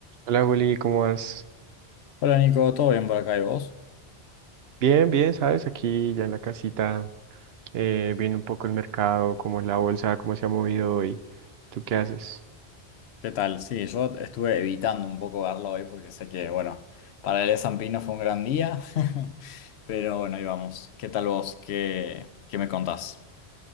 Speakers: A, on the right; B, on the left.
A: Hola Juli, ¿cómo vas?
B: Hola Nico, ¿todo bien por acá y vos?
A: Bien, bien, ¿sabes? Aquí ya en la casita, eh, viendo un poco el mercado, cómo es la bolsa, cómo se ha movido hoy. ¿Tú qué haces?
B: ¿Qué tal? Sí, yo estuve evitando un poco verlo hoy porque sé que, bueno, para el S&P no fue un gran día, <laughs> pero bueno, ahí vamos. ¿Qué tal vos? ¿Qué, qué me contás?